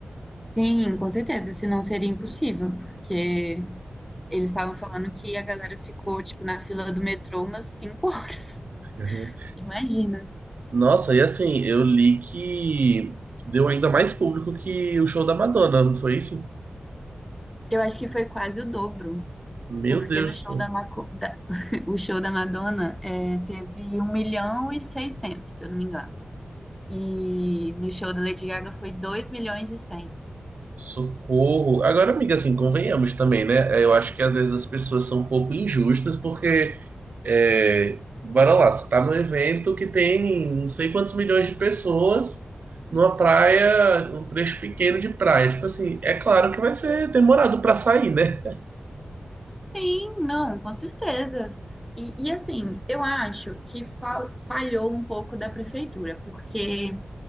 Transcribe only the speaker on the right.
Uhum.
Nossa, e assim, eu li que deu ainda mais público que o show da Madonna, não foi isso?
Meu
Deus,
socorro. Agora, amiga, assim, convenhamos também, né? Eu acho que às vezes as pessoas são um pouco injustas porque. É, bora lá, você tá num evento que tem não sei quantos milhões de pessoas numa praia, um trecho pequeno de praia. Tipo assim, é claro que vai ser demorado pra sair, né?